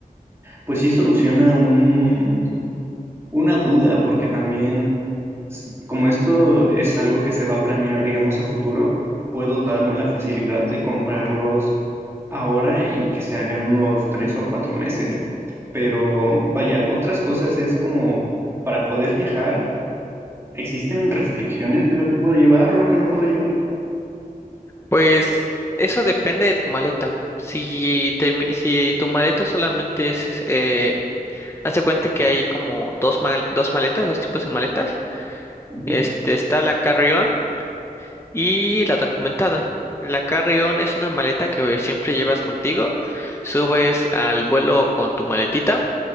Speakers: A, on the right (about 15°); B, on the left (about 15°).
A: pues sí soluciona un, una duda, porque también, s- como esto es algo que se va a planear, digamos, a futuro, puedo darme la facilidad de comprarlos ahora y que se hagan unos tres o cuatro meses. Pero vaya, otras cosas es como para poder viajar, ¿existen restricciones de lo que puedo llevar o lo que no puedo llevar?
B: pues eso depende de tu maleta si te, si tu maleta solamente es eh, Hazte cuenta que hay como dos, mal- dos maletas, dos tipos de maletas.
A: Ujú,
B: Este, está la carry-on y la documentada. La carry-on es una maleta que siempre llevas contigo. Subes al vuelo con tu maletita.